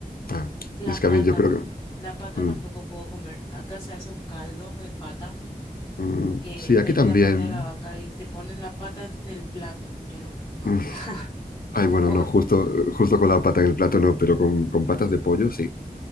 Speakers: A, on the left (about 75°); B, on the left (about 25°).
A: Ah,
B: La
A: es
B: pata,
A: que a mí yo creo que.
B: la pata
A: mm,
B: tampoco puedo comer. Acá se hace un caldo de pata,
A: mm,
B: que
A: sí,
B: de
A: aquí también.
B: la pata de la vaca y te ponen la pata en el plato. Yo no, no,
A: Mm.
B: <laughs>
A: Ay,
B: no
A: bueno,
B: puedo.
A: no, justo, justo con la pata en el plato no, pero con, con patas de pollo sí.